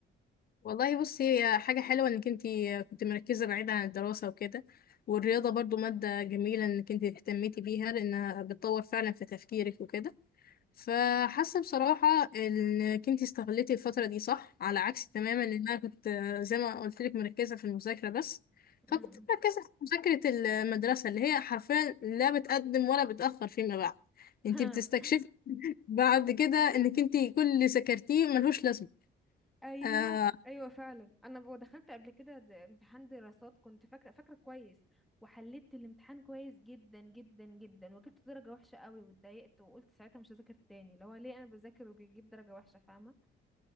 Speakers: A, on the left; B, in the centre.
A: والله بصي هي حاجة حلوة انك انتي كنت مركزة بعيد عن الدراسة وكده والرياضة برضو مادة جميلة انك انتي اهتميتي بيها لانها بتطور فعلا في تفكيرك وكده فحاسة بصراحة انك انتي استغلتي الفترة دي صح على عكس تماما ان انا كنت زي ما قلت لك مركزة في المذاكرة بس فكنت
B: امم
A: مركزة في مذاكرة المدرسة اللي هي حرفيا لا بتقدم ولا بتأخر فيما بعد
B: <laughs>
A: انتي بتستكشفي بعد كده انك انتي كل اللي ذاكرتيه ملهوش لازمة
B: ايوه
A: آه
B: ايوه فعلا انا ب- دخلت قبل كده د- امتحان دراسات كنت فاكره فاكره كويس وحليت الامتحان كويس جدا جدا جدا وجبت درجه وحشه قوي واتضايقت وقلت ساعتها مش هذاكر تاني اللي هو ليه انا بذاكر وبيجيب درجه وحشه فاهمه